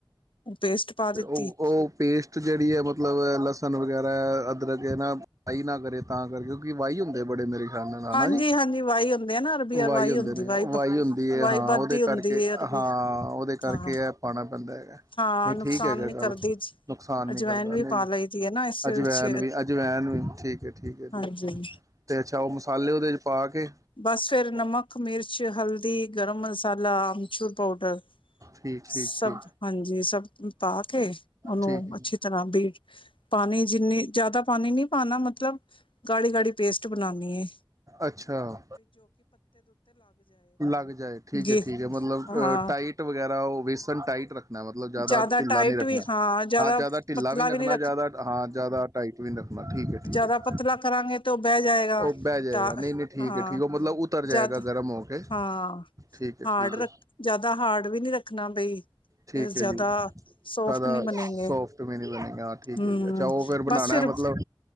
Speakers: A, on the left; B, on the right.
A: ਪੇਸਟ ਪਾ
B: ਤੇ
A: ਦਿੱਤੀ
B: ਉਹ, ਉਹ ਪੇਸਟ ਜਿਹੜੀ ਐ ਮਤਲਬ, ਲਸਣ ਵਗੈਰਾ, ਅਦਰਕ ਇਹ ਨਾ ਵਹੀ ਨਾ ਕਰੇ ਤਾਂ ਕਰ ਕਿਉਂਕਿ, ਵਾਹੀ ਹੁੰਦੇ ਬੜੇ ਮੇਰੇ
A: ਹਾਂਜੀ
B: ਨਾ ਜੀ,
A: ਹਾਂਜੀ ਵਾਈ ਹੁੰਦੇ ਆ ਨਾ ਅਰਬੀ
B: ਵਾਈ ਹੁੰਦੇ
A: ਹੁੰਦੀ
B: ਨੇ, ਵਾਈ ਹੁੰਦੀ ਐ,
A: ਵਾਈ
B: ਹਾਂ
A: ਵੱਧਦੀ
B: ਉਹਦੇ
A: ਹੁੰਦੀ
B: ਕਰਕੇ
A: ਹੈ ਅਰਬੀ
B: ਹਾਂ, ਉਹਦੇ ਕਰਕੇ
A: ਹਾਂ
B: ਇਹ ਪਾਉਣਾ ਪੈਂਦਾ ਹੈਗਾ।
A: ਹਾਂ
B: ਨਹੀਂ ਠੀਕ
A: ਨੁਕਸਾਨ
B: ਹੈਗਾ
A: ਨੀ
B: ਗੱਲ,
A: ਕਰਦੀ
B: ਨੁਕਸਾਨ ਨਹੀਂ
A: ਅਜਵੈਨ
B: ਕਰਦਾ, ਇਹਨੇ
A: ਪਾ
B: ਵੀ
A: ਲਈ ਦੀ ਹੈ ਨਾ ਇਸ
B: ਅਜਵੈਨ
A: ਵਿੱਚ
B: ਵੀ ਅਜਵੈਨ ਵੀ ਠੀਕ ਹੈ, ਠੀਕ ਹੈ
A: ਹਾਂਜੀ
B: ਠੀਕ ਹੈ ਤੇ ਅੱਛਾ ਉਹ ਖਾਲੇ ਉਹਦੇ ਚ ਪਾ ਕੇ
A: ਬਸ ਫਿਰ ਨਮਕ, ਮਿਰਚ, ਹਲਦੀ, ਗਰਮ ਮ ਮਸਾਲਾ, ਅਮਚੂਰ ਪਾਊਡਰ।
B: ਠੀਕ ਠੀਕ
A: ਸਭ
B: ਠੀਕ
A: ਹਾਂਜੀ ਸਭ ਪਾ ਕੇ, ਉਹਨੂੰ
B: ਠੀਕ ਹੈ।
A: ਅੱਛੀ ਤਰ੍ਹਾਂ ਬੀਟ ਪਾਨੀ ਜਿੰਨੀ ਜ਼ਿਆਦਾ ਪਾਨੀ ਨੀ ਹਾਂ ਨਾ ਮਤਲਬ ਗਾੜੀ-ਗਾੜੀ ਪੇਸਟ ਬਨਾੰਨੀਂ ਏ।
B: ਅੱਛਾ ਲੱਗ ਜਾਏ, ਠੀਕ
A: ਗੇ
B: ਹੈ, ਠੀਕ ਹੈ, ਮਤਲਬਹ
A: ਹਾਂ
B: ਟਾਈਟ ਵਗੈਰਾ ਉਹ ਬੇਸਨ ਟਾਈਟੱ, ਖ ਮਤਲਬ ਜਿਆਦਾ
A: ਜ਼ਿਆਦਾ
B: ਢਿੱਲਾ
A: ਟਾਈਟ
B: ਨੀ ਰੱਖਣਾ,
A: ਵੀ ਜ਼ਿਆਦਾ
B: ਹਾਂ ਜਿਆਦਾ ਢਿੱਲਾ
A: ਪਤਲਾ
B: ਵੀ ਰੱਖਣਾ
A: ਨਹੀਂ
B: ਜਿਆਦਾ ਹਾਂ, ਜ਼ਿਆਦਾ ਟਾਈਟ ਵੀ ਨ ਰੱਖਣਾ ਠੀਕ ਹੈ ਠੀਕ
A: ਜ਼ਿਆਦਾ
B: ਹੈ।
A: ਪਤਲਾ ਕਰਾਂਗੇ ਟੋਬਹਿ ਜਾਏਗਾ
B: ਉਹ ਬਹਿ ਜਾਏਗਾ
A: ਤਾਂ
B: ਨਹੀਂ ਨਹੀਂ ਠੀਕ
A: ਹਾਂ
B: ਹੈ ਠੀਕ ਉਹ ਮਤਲਬ ਉਤਰ ਜਾਏਗਾ
A: ਜਦ
B: ਗਰਮ ਹੋ ਕੇ
A: ਹਾਂ
B: ਠੀਕ ਹੈ ਠੀਕ
A: ਹਾਰਡ
B: ਹੈ
A: ਰੱਖ ਜਿਆਦਾ ਹਾਰਡ ਵੀ ਨੀ ਰੱਖਣਾ ਬਈ
B: ਠੀਕ
A: ਫਿਰ ਜ਼ਿਆਦਾ
B: ਹੈ ਜੀ, ਜ਼ਿਆਦਾ
A: ਸੋਫਟ ਨਹੀਂ ਬਣੇਗੇ
B: ਸੋਫਟ ਵੀ ਨੀ ਬਣੇ ਹਾਂ, ਠੀਕ
A: ਹਮ
B: ਹੈ ਜੀ ਅੱਛਾ ਉਹ ਫੇਿਰ ਬਣਾਣਾ
A: ਬਸ ਫਿਰ
B: ਮਤਲਬ